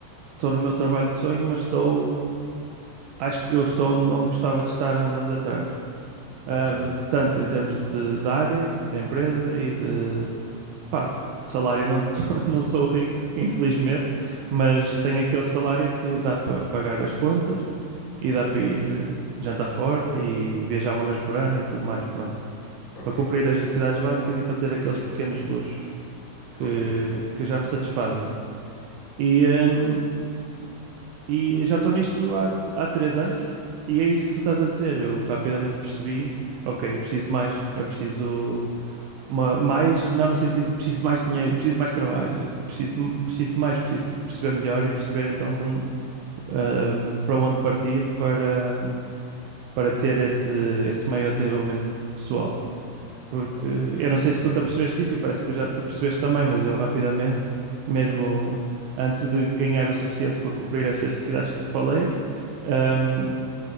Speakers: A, on the right (about 85°); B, on the left (about 75°).
A: estou no meu trabalho de sonho, mas estou, acho que eu estou onde onde gostava de estar há uns anos atrás. Um,
B: Ok,
A: tanto em termos de, de área, da empresa e de, Pá, de salário não, tô- <laughs> não sou rico, infelizmente, mas tenho aquele salário que dá para pagar as contas e dá para ir eh, jantar fora e viajar uma vez por ano e tudo mais, pronto.
B: ok,
A: Para cumprir as necessidades básicas e para ter aqueles pequenos luxos que,
B: ok.
A: que já me satisfazem. E, hum, e já estou nisto há, há três anos e é isso que tu estás a dizer. Eu rapidamente percebi, ok, eu preciso de mais, eu preciso. Uma, mais, não no sentido de preciso de mais dinheiro, preciso de mais trabalho, tipo, preciso de, preciso de mais, preciso de perceber melhor e perceber então de onde, ahm, para onde partir para, ahm, para ter esse, esse maior desenvolvimento pessoal. Porque
B: ok.
A: eu não sei se tu
B: Hum,
A: te apercebeste isso e parece que já te apercebeste também, mas eu rapidamente, mesmo antes de ganhar o suficiente para cumprir estas necessidades que te falei, ahm,